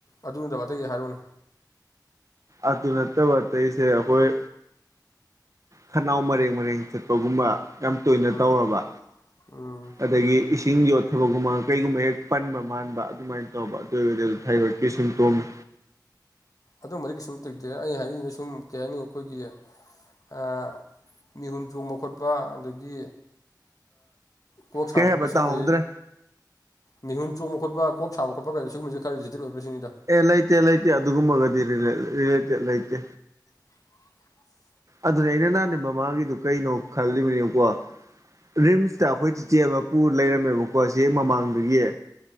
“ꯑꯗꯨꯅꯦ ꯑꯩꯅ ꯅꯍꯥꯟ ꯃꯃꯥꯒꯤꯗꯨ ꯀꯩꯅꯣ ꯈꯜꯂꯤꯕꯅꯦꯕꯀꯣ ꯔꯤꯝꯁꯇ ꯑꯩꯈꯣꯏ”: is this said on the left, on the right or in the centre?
Right